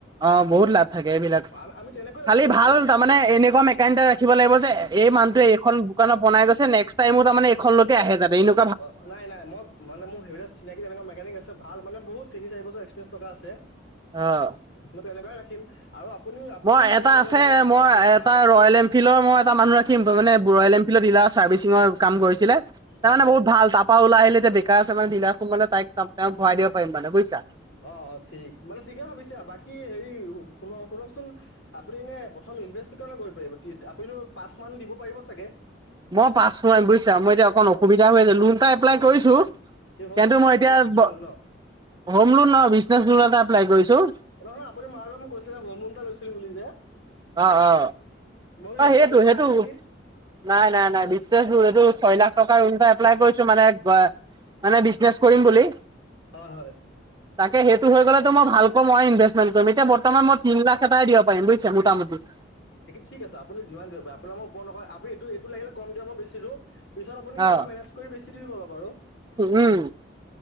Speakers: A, on the right; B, on the left.
A: অঁ বহুত লাভ থাকে এইবিলাক
B: আম আমি তেনেকৈ
A: খালী
B: লাভ ল'ম
A: ভাল
B: আমি প্ৰথ
A: তাৰমানে এনেকুৱা মেকাইণ্ট ৰাখিব লাগিব যে। এই মানুহোৱ এইখনোকানত বনাইছে নেকস টাইমো তাৰে এইখনকলকে আহে যাতে এনে।
B: অ নাই নাই মই মানে মোৰ সেইবিলাক চিনাকি তেনেকুৱা মেকানিক আছে ভাল। মান বহুত তিনি চাৰিছৰ এক্পিৰিয়ন্ঞ্চথকা আছে।
A: অহ।
B: তেনেকাই ৰাখিম। আৰু আপুনি আপুনি
A: মই
B: চাব
A: এটা
B: এনেকুৱা
A: আছে
B: যদি ক'ৰবাত ভাল
A: মই
B: চাল ক'ৰবাত
A: এটা
B: পায়
A: ৰয়েল এনফিল্ডৰ মই এটা মানুহ ৰাখিম মানে ৰয়েল এনফিল্ডৰ ডিলাৰ আছে। ছাৰ্বিচিন ৰ কাম কৰিছিলে তাৰমানে
B: হয় হয়
A: বহুত ভাল। তাৰপৰা ওলাই আহিল বেকাৰ আছে মানে ঢিলা সোম মে তাইক তেওঁ ভৰাই দ পাৰিম মানে বুজিছা।
B: অ, অ ঠিক মানে ঠিকে ভাবিছা বাকী হেৰি শুন শুনকচোন আপুনি এনে প্ৰথম। নভে আপুনি পাঁচ মান দিব পাৰিব চাগে।
A: মই পাছোৱাৰম বুজিছা। মই এতিয়া অকণ অসুবিধা হৈ আছে লোন এটা এপ্লাই কৰিছো।
B: এই হোম
A: কিন্তু
B: লোন নেকি
A: মই এতিয়া,
B: হোম লোন ন
A: হোম লোন বিজনেচ লোন এটা এপ্লাই কৰিছো।
B: নহয় আপুনি মাৰ পৰা মোক কৈছিলে লোন লৈছিলো বুলি যে।
A: অ, অ,
B: মই বোলো
A: অ সেইটো
B: এপ্লাই কৰিছে
A: সেইটো
B: নেকি
A: নাই, নাই, নাই বিশ্ব এইটো ছয় লাখ টকাৰ ৰুণ এপ্লাই কৰিছো মানে। মানে বিজনেচ কৰিম বুলি।
B: হয়, হয়।
A: তাকে সেইটো হৈ গ'লেত মই ভালকৈ মই ইনভেষ্টমেন্ট কৰিম। এতিয়া বৰ্তমান মই তিন লাখ এটাই দিব পাৰিম, বুজিছে মোটামুটি।
B: ঠিক আছে আপুনি যিমান দিব পাৰে আপোনাৰ মই ওপ নক আপুনি এইটো লাগিলে কম দিয় মই বেছি দিও। পিছত আপুনি কিবা
A: অ'
B: এটা মেনেজ কৰি বেছি দিব আৰু।
A: উম।